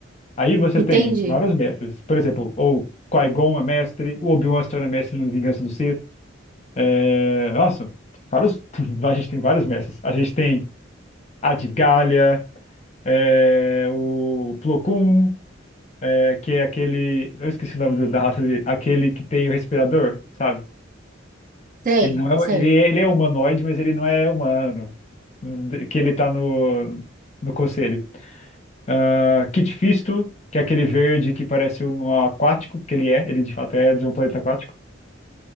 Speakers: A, on the left (about 35°); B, on the right (about 40°).
A: Aí você
B: Entende?
A: tem vários mestres. Por exemplo, o Qui-Gon é mestre, o Obi-Wan se torna mestre no Vingança do Sith. É, Nossa, vários... <laughs> a gente tem vários mestres. A gente tem a de Galha, é, o Plo Koon, é, que é aquele... Eu esqueci o nome do- da raça dele. Aquele que tem o respirador, sabe?
B: Sei,
A: Ele não
B: sei.
A: é... Ele é, ele é humanoide, mas ele não é humano. Que ele tá no, no conselho. Ah, Kit Fisto, que é aquele verde que parece um aquático, porque ele é, ele de fato é de um planeta aquático.